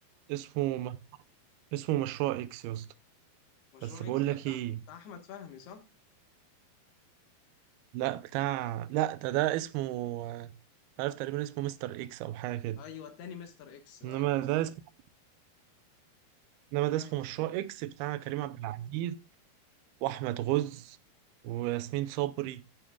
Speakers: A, on the right; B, on the left.
A: اسمه م... اسمه مشروع اكس يا اسطى
B: مشروع
A: بس بقول
B: اكس ده
A: لك
B: بتاع
A: ايه
B: بتاع احمد فهمي صح
A: لا بتاع لا ده ده اسمه آه، عارف تقريبا اسمه مستر اكس او حاجه كده
B: ايوه التاني مستر اكس ايوه
A: انما
B: صح
A: ده اسمه
B: مشروع
A: انما ده اسمه
B: اكس
A: مشروع اكس بتاع كريم عبد العزيز واحمد غز وياسمين صبري